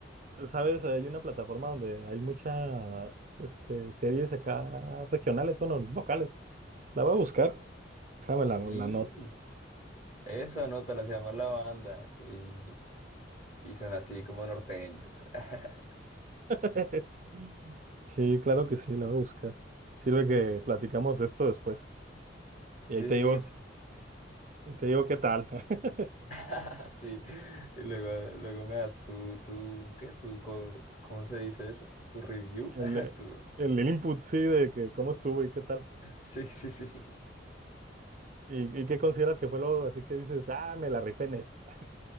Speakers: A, on the right; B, on the left.
A: Sabes, hay una plataforma donde hay muchas este, series acá regionales, bueno, locales. La voy a buscar. Déjame la,
B: Sí.
A: la
B: Eso anota, la se llama La Banda y, y son así como norteños. <laughs>
A: <laughs> Sí, claro que sí, la voy a buscar. Sirve que
B: Sí,
A: platicamos de esto después. Y
B: sí,
A: ahí te digo,
B: sí.
A: ahí te digo qué tal. <laughs>
B: <laughs> sí. Y luego, luego me das tu, tu, ¿qué? Tu, co- ¿cómo se dice eso? Tu review.
A: El,
B: <laughs>
A: eh,
B: Tu...
A: el, el input, sí, de que cómo estuvo y qué tal.
B: Sí, sí, sí.
A: Y, y qué consideras que fue lo así que dices, ah, me la rifé en esto. <laughs>